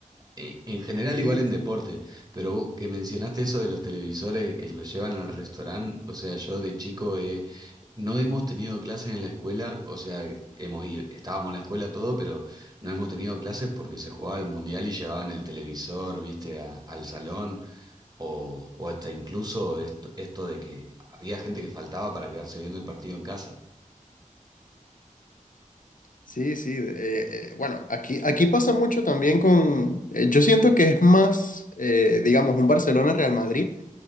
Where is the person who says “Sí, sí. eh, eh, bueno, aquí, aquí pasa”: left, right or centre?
Left